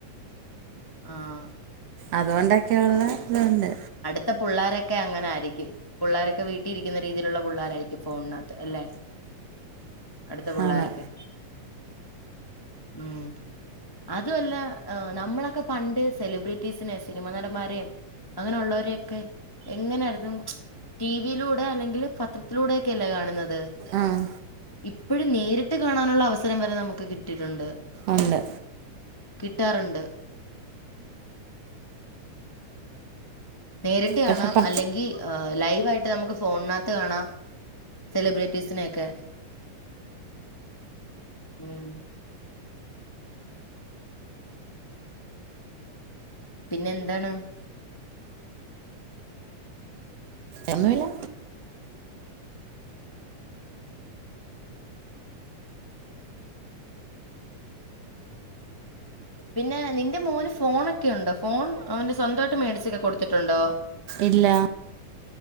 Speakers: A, on the left; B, on the right.
A: ആഹ്
B: അതുകൊണ്ടൊക്കെയുള്ള ഇതുണ്ട്.
A: ത്തെ പിള്ളാരൊക്കെ അങ്ങനാരിക്കും. പിള്ളോരൊക്കെ വീട്ടിരിക്കുന്ന രീതിയിലുള്ള പിള്ളോരാ ക്കും. ഫോൺനാത്ത് അല്ലെ അടുത്ത പിള്ളോരൊക്കെ
B: ആണ്
A: ഉം അതു അല്ല നമ്മളൊക്കെ പണ്ട് സെലിബ്രിറ്റീസിനിം സിനിമ നടന്മാരേം അങ്ങനെ ഉള്ളവരൊയെക്കെ എങ്ങനാര്ന്നു ടി വിയിലൂടെ അല്ലെങ്കില് പത്രത്തിലൂടെ ഒക്കെ അല്ലേ കാണ്ന്നത്.
B: ആഹ്
A: ഇപ്പഴും നേരിട്ട് കാണാനുള്ള അവസരം വരെ നമുക്ക് കിട്ടിയിട്ടുണ്ട്.
B: ഒണ്ട്.
A: കിട്ടാറുണ്ട്. നേരിട്ട് കാണാം
B: പക്ഷെ പ
A: അല്ലെങ്കി ലൈവായിട്ട് നമുക്ക് ഫോണിനാത്ത് കാണാം. സെലിബ്രിറ്റീസിനൊക്കെ ഉം പിന്നെ എന്താണ്.
B: ഒന്നുല്ല
A: പിന്നെ നിന്റെ മോന് ഫോണൊക്കെയൊണ്ടോ. ഫോൺ അവന്റെ സ്വന്തമായിട്ട് മേട്ച്ചൊക്കെ കൊടുത്തിട്ടുണ്ടോ?
B: ഇല്ല